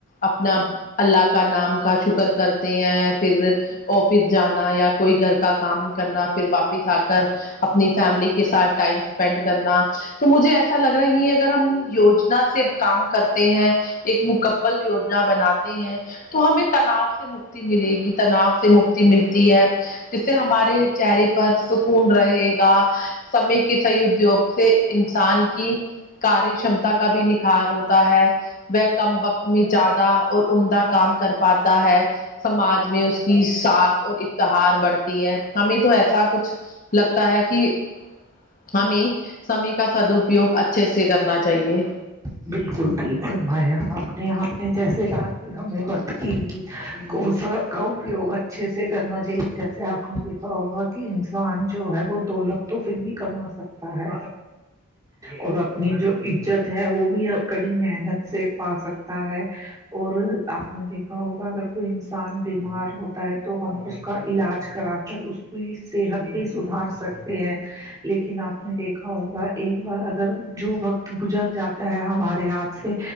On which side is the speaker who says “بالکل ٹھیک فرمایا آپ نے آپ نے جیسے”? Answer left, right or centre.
Right